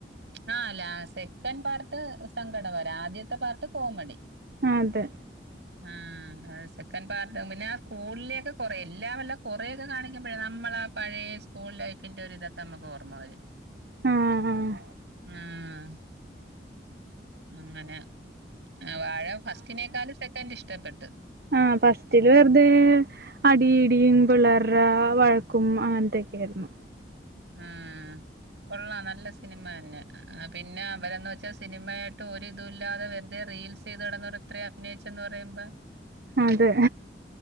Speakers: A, on the right (about 75°); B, on the right (about 55°).
A: ഹാ ലാസ് സെക്കൻ പാർട്ട് സങ്കടംകരവാ ആദ്യത്തെ പാർട്ട് കോമഡി
B: ആഹ് അതെ
A: ആഹ് സെക്കൻ് പാർട്ട്, പിന്നെ സ്കൂളിലേക്ക് കൊറെ എല്ലാ വല്ല കൊറേക്കെ കാണിക്കുമ്പഴേ നമ് നമ്മളാ പഴയ സ്കൂൾ ലൈഫിന്റെ ഒര് ഇതൊക്കെ നമ്മക്ക് ഓർമ്മ വരും.
B: ആഹ് ആഹ്
A: ആഹ്, അങ്ങനെ ആ വാഴ ഫസ്റ്റിനേക്കാലും സക്കന്റ് ഇഷ്ട്ടപ്പെട്ട്.
B: ആഹ്, ഫസ്റ്റ്ല് വെറുതെ അടി ഇടിം പിള്ളേര്ടെ ആഹ് വഴക്കും അങ്ങൻത്തെക്കെയായിരുന്നു.
A: ഹ്മ്മ് കൊള്ളാം നല്ല സിനിമ തന്നെ, ആ പിന്നെ അവരെന്ന് വെച്ചാ സിനിമയായിട്ട് ഒരിതുല്ലാതെ വെറ്തെ റീ റീൽസെയ്തടന്നവർ ഇത്രേം അഭിനയിചെന്ന് പറയുമ്പ
B: അതെ,